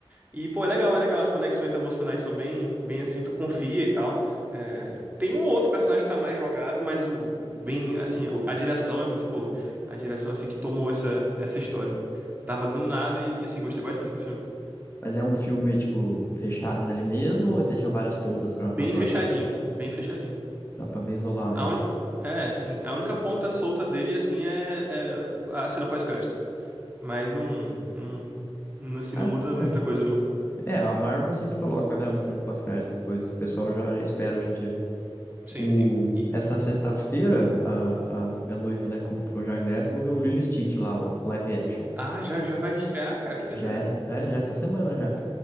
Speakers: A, on the right; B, on the left.
A: E, pô, é legal, é legal. As conexões emocionais são bem, bem assim, tu confia e tal. É, Tem um ou outro personagem que tá mais jogado, mas o bem, assim, o- a direção é muito boa. A direção, assim, que tomou essa, essa história. Dava dando nada e, assim, gostei bastante do filme.
B: Mas é um filme, tipo, fechado nele mesmo ou deixa várias pontas pra,
A: Bem
B: pra próximas?
A: fechadinho, bem fechadinho.
B: Dá pra ver isolado,
A: A
B: então.
A: un... É, sim, a única ponta solta dele, assim, é, é a cena pós-crédito. Mas não, não, não, assim,
B: Ah,
A: não muda muita
B: é.
A: coisa, não.
B: É, a Marvel sempre coloca, né, uma cena pós-crédito depois. O pessoal já, já espera hoje em dia.
A: Sim,
B: O...
A: sim. E...
B: Essa sexta-feira, a, a minha noiva, né, comprou já o ingresso. Vou ver o Lilo e Stitch lá, o live action.
A: Ah, já, já vai estrear, cara? Que doideira.
B: Já é, é, já é essa semana já.